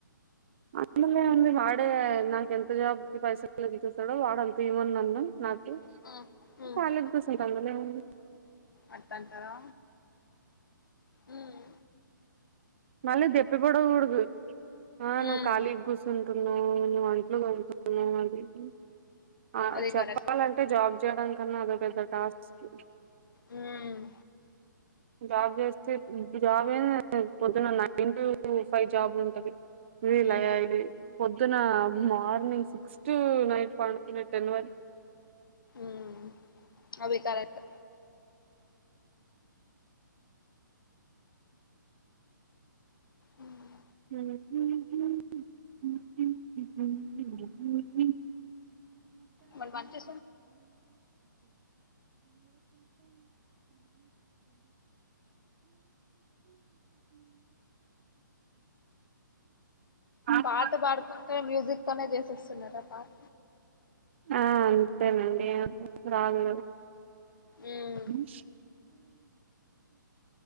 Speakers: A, on the right; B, on the left.
A: అందులోముంది వాడే నాకు ఎంత జాబ్కిి పైసాించూస్తాడో వాడ అంతే ఇమన్నాం నాకి
B: వచ్చారంటారు
A: కాలీ కుసుంట అందులోముంది.
B: అన్ తంటారా ఉహ్మ్
A: మళ్ళీ దెప్పి పొడవకూడదు ఆ
B: ఉహ్మ్
A: నువ్వు ఖాళీగా కూర్చుంటున్నావు నువ్వు అంట్లు తోముతున్నావు అది ఇది ఆ
B: ఆది
A: చెప్పాలంటే
B: కరెక్ట్
A: జాబ్ చేయడం కన్నా అదో పెద్ద టాస్క్
B: ఉహ్మ్
A: జాబ్ చేస్తే ఉత్ జాబ్ ఐన ఏ పొద్దునా లే ఎన్ ఫైవ్ జాబ్ ఉంటంది. వీలది
B: ఉమ్ ఉమ్
A: పొద్దున మార్నింగ్ సిక్స్ టు నైట్ పండుకున్నా టెన్ వరకి
B: ఉహ్మ్ అవి కరెక్టే ఉహ్మ్
A: ఉహ్
B: మళ్ళ మంచి
A: ఆకాశం
B: పాట పాడుకుంటనే మ్యూజిక్ తోనే చేసేస్తున్నారా పాట
A: ఆ అంతేనండి రాదు
B: ఉమ్
A: హమ్